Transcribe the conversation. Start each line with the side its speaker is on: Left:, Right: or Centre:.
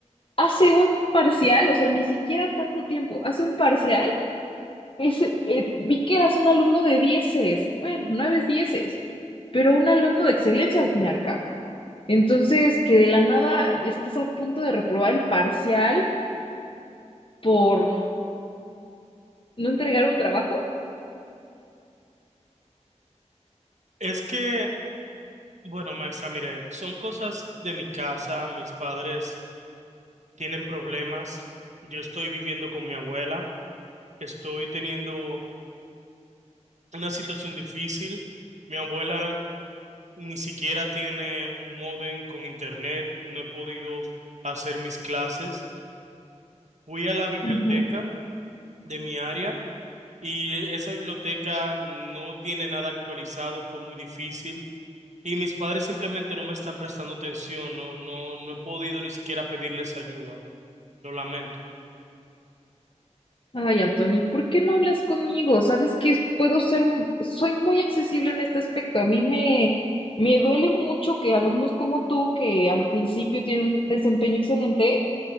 Left: hace un parcial, o sea, ni siquiera tanto tiempo, hace un parcial, ese, eh, vi que eras un alumno de dieces, bueno, nueve dieces, pero un alumno de excelencia al fin y al cabo. Entonces, que de la nada estés a punto de reprobar el parcial por no entregar un trabajo.
Right: Es que Bueno, maestra, mire, son cosas de mi casa, mis padres tienen problemas, yo estoy viviendo con mi abuela, estoy teniendo una situación difícil, mi abuela ni siquiera tiene un módem con internet, no he podido hacer mis clases. Fui a la biblioteca
Left: Ujú.
Right: de mi área y esa biblioteca no tiene nada actualizado, fue muy difícil. Y mis padres simplemente no me están prestando atención, no, no, no he podido ni siquiera pedirles ayuda. Lo lamento.
Left: Ay, Anthony, ¿por qué no hablas conmigo? Sabes que puedo ser, m- soy muy accesible en este aspecto. A mí me, me duele mucho que alumnos como tú, que al principio tienen un desempeño excelente,